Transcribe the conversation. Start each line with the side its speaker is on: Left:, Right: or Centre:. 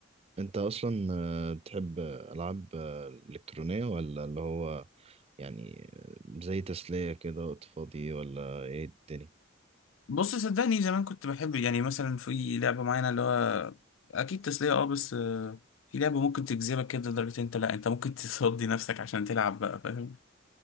Right: انت اصلا آه، بتحب العاب آه، الكترونيه ولا اللي هو يعني آه، زي تسليه كده وقت فاضي ولا ايه الدنيا
Left: بص صدقني زمان كنت بحب يعني مثلا في لعبة معينة اللي هو اكيد تسلية اه بس آه، في لعبة ممكن تجذبك كده لدرجة انت لا انت ممكن <laughs> تصدي نفسك عشان تلعب بقى فاهم